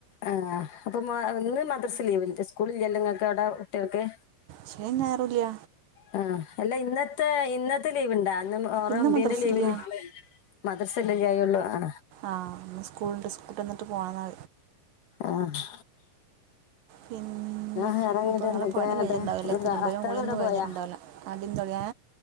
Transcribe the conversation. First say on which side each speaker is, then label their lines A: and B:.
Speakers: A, on the left; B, on the right.
A: ആഹ് അപ്പൊ ഇന്ന് മദ്രസ് ലീവ് സ്കൂള ഇല്ലല്ല നിങ്ങൾക്ക് അവിടെ കുട്ടികൾക്ക്
B: ശനിയും ഞായറും ഇല്ല
A: ആ അല്ല ഇന്നത്തെ ഇന്നത്തെ ലീവ് ഇണ്ടേ മുഹറം ഒബിന്റെമ്പീന്റെ
B: ഇന്ന് മദ്രസ
A: ലീവിന്
B: ഇല്ല
A: മദ്രസല്ലല്ല ആയള്ളൂ ആ
B: ആഹ് സ്കൂളിണ്ട് സ്കൂള് വിട്ട് വന്നിട്ട് പോണംന്നാ
A: ആഹ്
B: പിന്നെ
A: വേറെങ്ങട്ട്
B: അപ്പൊ നിങ്ങളെ
A: എന്തൊക്കെയാങ്ങട്ട്
B: പണി കഴിഞ്ഞിട്ടുണ്ടാവല്ലേ തിരുമ്പരും
A: ഭർത്താവ്
B: കൂളിയൊന്നും
A: എവിടെ
B: കഴിഞ്ഞിട്ടുണ്ടാവില്ല
A: പോയാ
B: ആദ്യം തൊടയാ